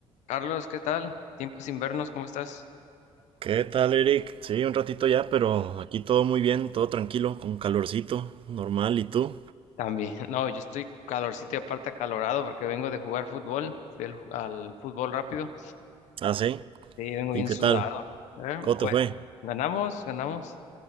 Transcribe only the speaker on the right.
¿Qué tal, Eric? Sí, un ratito ya, pero aquí todo muy bien, todo tranquilo, con calorcito, normal. ¿Y tú?
Ah, sí.
¿Y qué
tal?
¿Cómo
te fue?